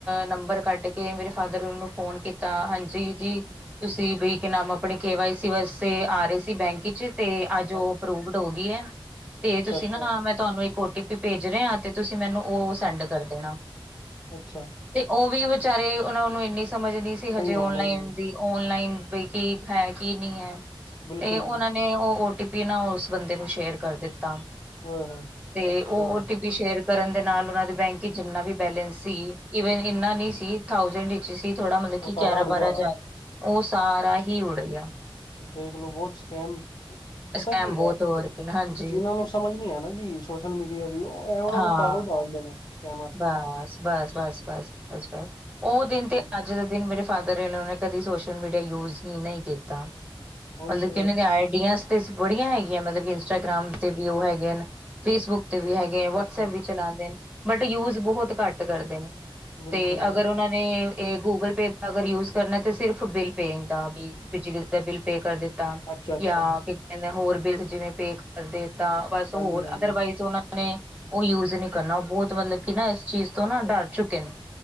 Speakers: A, on the right; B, on the left.
A: ਨੰਬਰ ਕੱਢ ਕੇ ਮੇਰੇ ਫਾਦਰ ਸਨ ਲਾਅ ਨੂੰ ਫੋਨ ਕੀਤਾ। ਤਾਂ ਹਾਂਜੀ ਜੀ। ਤੁਸੀਂ ਬਈ ਇੱਕ ਨਾਮ ਆਪਣੇ ਕੇ ਵਾਈ ਸੀ ਵਾਸਤੇ ਆ ਰਹੇ ਸੀ ਬੈਂਕ ਵਿੱਚ ਤੇ ਅੱਜ ਉਹ
B: ਅੱਛਾ
A: ਅਪਰੂਵਡ ਹੋ ਗਈ ਐ ਤੇ ਤੁਸੀਂ
B: ਅੱਛਾ
A: ਨਾ ਤੁਹਾਨੂੰ ਇੱਕ ਓ ਟੀ ਪੀ ਭੇਜ ਰੇ ਆ ਤੇ ਤੁਸੀਂ ਮੈਨੂੰ ਉਹ ਸੈਂਡ ਕਰ ਦੇਣਾ।
B: ਅੱਛਾ।
A: ਤੇ ਉਹ ਵੀ ਵਿਚਾਰੇ ਉਹਨਾਂ ਨੂੰ ਇੰਨੀ ਸਮਝ ਨਹੀਂ ਸੀ ਹਜੇ ਓਨਲਾਈਨ
B: ਹੈ ਨਹੀਂ
A: ਦੀ ਓਨਲਾਈਨ ਵੀ ਕੀ, ਹੈ ਕੀ ਨਹੀਂ ਹੈ,
B: ਬਿਲਕੁਲ
A: ਤੇ ਉਹਨਾਂ
B: ਜੀ
A: ਨੇ ਉਹ ਟੀਪੀ ਨਾ ਓਸ ਬੰਦੇ ਨੂੰ ਸ਼ੇਅਰ ਕਰ ਦਿੱਤਾ,
B: ਹੋਏ ਹੋਏ
A: ਤੇ
B: ਅੱਛਾ
A: ਓਟੀਪ ਵੀ ਸ਼ੇਅਰ ਕਰਨ ਦੇ ਨਾਲ ਉਹਨਾਂ ਦੇ ਬੈਂਕ ਵਿਚ ਜਿੰਨਾ ਵੀ ਬੈਲੇੈਂਸ ਸੀ, ਈਵੇਨ ਇੰਨਾ ਨਹੀਂ ਸੀ, ਥਾਊਜੈਂਡ ਵਿੱਚ ਥੋੜਾ ਮਤਲਬ ਕਿ,
B: ਉਹ ਸਾਰਾ
A: ਗਿਆਰਾਂ-ਬਾਰਾਂ
B: ਉੜ ਗਿਆ
A: ਹਜ਼ਾਰ
B: ਹੋਣਾ
A: ਉਹ ਸਾਰਾ ਹੀ ਉੜ ਗਿਆ।
B: ਦੇਖਲੋ ਬਹੁਤ ਸਕੈਮ, ਪਤਾ
A: ਸਕੈਮ
B: ਕੀ ਹੈਗਾ?
A: ਬਹੁਤ ਹੋ ਰਹੇ ਨੇ ਹਾਂਜੀ
B: ਜਿਨਾਂ ਨੂੰ ਸਮਝ ਨੀ ਆ ਨਾ ਜੀ ਸੋਸ਼ਲ ਮੀਡੀਆ ਦੀ, ਐ, ਉਹਨਾਂ
A: ਹਾਂ
B: ਨੂੰ ਪਾਗਲ ਸਮਝਦੇ ਨੇ, ਸਕੈਮਰ।
A: ਬਸ- ਬਸ, ਬਸ, ਬਸ, ਬਸ, ਬਸ ਉਹ ਦਿਨ ਤੇ
B: ਹੂੰ
A: ਅੱਜ ਦਿਨ ਮੇਰੇ ਫਾਦਰ ਈਨੋ ਨੇ, ਕਦੇ ਸੋਸ਼ਲ-ਮੀਡੀਆ ਯੂਜ ਹੀ ਨਹੀਂ ਕੀਤਾ।
B: ਉਹੀ
A: ਮਤਲਬ
B: ਤੇ
A: ਕਿ ਓਨਾਂ ਦੀ ਆਈਡੀਆਂ ਤੇ ਬੜੀਆਂ ਹੈਗੀਆਂ ਮਤਲਬ ਕਿ, ਇੰਸਟਾਗ੍ਰਾਮ ਤੇ ਵੀ ਉਹ ਹੈਗੇਨ, ਫੇਸਬੁੱਕ ਤੇ ਵੀ ਹੈਗੇ, ਵਟਸਐਪ
B: ਅੱਛਾ ਅੱਛਾ
A: ਵਿੱਚ ਚਲਾਂਦੇਨ ਬਟ ਯੂਜ ਬਹੁਤ ਘੱਟ ਕਰਦੇ ਨੇ,
B: ਬਿਲਕੁਲ
A: ਤੇ
B: ਜੀ
A: ਅਗਰ ਉਹ ਇਹ ਗੂਗਲ ਪੇ ਦਾ ਅਗਰ ਯੂਜ ਕਰਨਾ ਤੇ, ਸਿਰਫ ਬਿੱਲ ਪੇ ਦਾ ਵੀ, ਬਿਜਲੀ ਦਾ ਬਿੱਲ ਪੇ ਕਰ ਦਿੱ
B: ਅੱਛਾ ਅੱਛਾ
A: ਯਾਂ ਕੀ ਕਹਿੰਦੇ ਹੋਰ ਬੀਲਜ ਜਿਵੇਂ ਪੇ ਕਰ ਦਿਤਾ, ਬਸ
B: ਹਾਂਜੀ
A: ਹੋਰ
B: ਹਾਂਜੀ
A: ਅਦਰਵਾਈਜ਼ ਉਹ ਨੇ ਉਹ ਯੂਜ ਨਹੀਂ ਕਰਨਾ, ਉਹ ਬਹੁਤ ਮਤਲਬ ਕਿ ਨਾ, ਇਸ ਚੀਜ਼ ਤੋਂ ਨਾ ਡਰ ਚੁੱਕੇ ਨੇ।